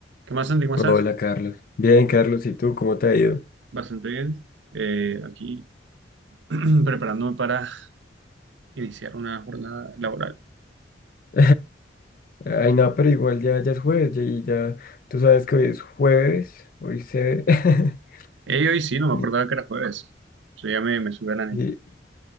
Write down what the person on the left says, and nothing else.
Hola Carlos. Bien, Carlos, ¿y tú cómo te ha ido?
<laughs> Ay, no, pero igual ya, ya es jueves ya- y ya, tú sabes que hoy es jueves, hoy se... <laughs>
Y-
y-